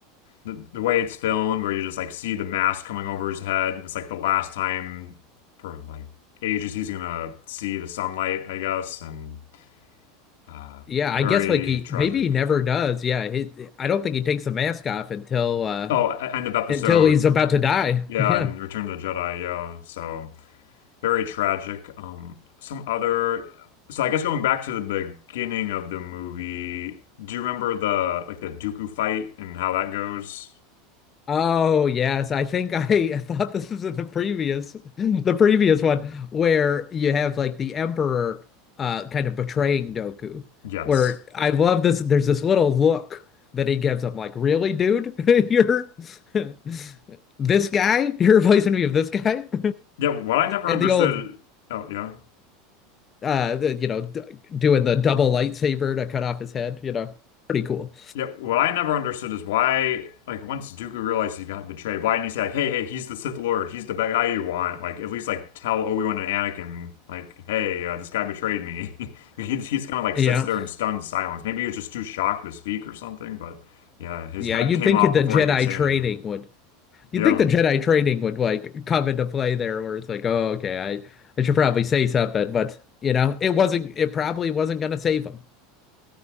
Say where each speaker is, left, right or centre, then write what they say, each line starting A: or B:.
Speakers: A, on the left (about 85°); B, on the left (about 25°).
A: the the way it's filmed, where you just like see the mask coming over his head. It's like the last time for like ages he's gonna see the sunlight, I guess, and uh,
B: Yeah, I
A: very
B: guess like he
A: tragic.
B: maybe he never does. Yeah, he, I don't think he takes the mask off until uh
A: Oh, e- end of episode,
B: until he's about to die.
A: yeah,
B: <laughs> Yeah.
A: and Return of the Jedi, yeah. So very tragic. Um, some other. So I guess going back to the beginning of the movie, do you remember the like the Dooku fight and how that goes?
B: Oh, yes. I think I <laughs> thought this was in the previous <laughs> the previous one where you have like the emperor uh kind of betraying Doku.
A: Yes.
B: Where I love this there's this little look that he gives him like, "Really, dude? <laughs> You're <laughs> this guy? You're replacing me with this guy?" <laughs>
A: Yeah, what I never
B: And
A: understood.
B: the old
A: Oh, yeah.
B: uh the, you know d doing the double lightsaber to cut off his head you know pretty cool
A: Yeah, what I never understood is why, like, once Dooku realized he got betrayed, why didn't he say, like, hey, hey, he's the Sith Lord, he's the bad guy you want? Like, at least, like, tell Obi-Wan and Anakin, like, hey, uh, this guy betrayed me. <laughs> He, he's kind of, like,
B: yeah
A: sits there in stunned silence. Maybe he was just too shocked to speak or something, but yeah, his
B: yeah
A: head
B: you'd
A: came
B: think
A: off
B: the Jedi
A: before he could say
B: training
A: anything.
B: would you'd
A: Yeah,
B: think the Jedi training would like come into play there where it's like oh okay I I should probably say something but you know it wasn't it probably wasn't gonna save him